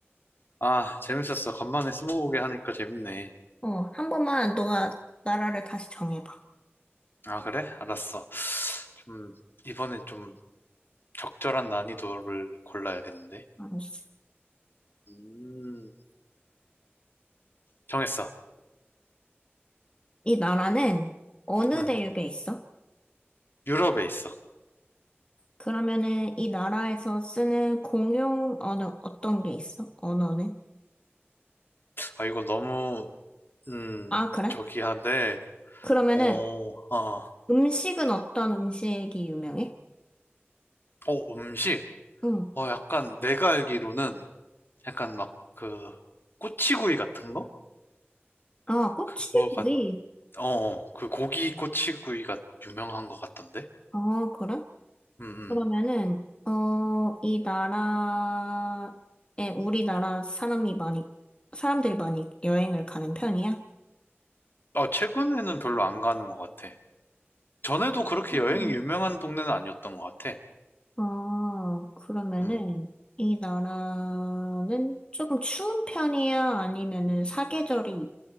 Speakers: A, on the left (about 55°); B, on the left (about 25°).
A: 아, 재밌었어. 간만에 스무고개 하니까 재밌네.
B: 어, 한 번만 너가 나라를 다시 정해봐.
A: 아, 그래? 알았어. 좀 이번엔 좀 적절한 난이도를 골라야겠는데.
B: 알았어.
A: 음. 정했어.
B: 이 나라는 어느
A: 음.
B: 대륙에 있어?
A: 유럽에 있어.
B: 그러면은 이 나라에서 쓰는 공용 언어 어떤 게 있어? 언어는?
A: 아, 이거 너무 음,
B: 아, 그래?
A: 저기 한데.
B: 그러면은
A: 어, 어.
B: 음식은 어떤 음식이 유명해?
A: 어, 음식.
B: 응.
A: 어, 약간 내가 알기로는 약간 막 그 꼬치구이 같은 거?
B: 아, 꼬치구이.
A: 그거가 어, 어, 그 고기 꼬치구이가 유명한 것 같던데?
B: 아, 그래?
A: 음,
B: 그러면은,
A: 음.
B: 어, 이 나라에 우리나라 사람이 많이, 사람들이 많이 여행을 가는 편이야?
A: 아, 최근에는 별로 안 가는 것 같아. 전에도 그렇게
B: 음.
A: 여행이 유명한 동네는 아니었던 것 같아.
B: 아, 그러면은,
A: 음.
B: 이 나라는 조금 추운 편이야? 아니면은 사계절이